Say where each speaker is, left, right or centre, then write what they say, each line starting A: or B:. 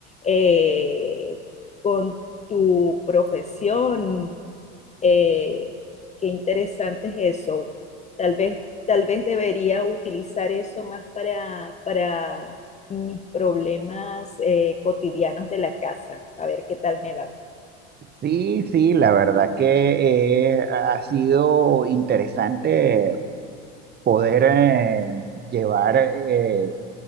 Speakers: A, on the left (about 20°); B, on the right (about 30°).
A: eh, con tu profesión. eh, qué interesante es eso. Tal vez, tal vez debería utilizar eso más para, para mis problemas eh, cotidianos de la casa. A ver qué tal me va.
B: Sí, sí, la verdad que eh, ha ha sido interesante poder eh, llevar eh,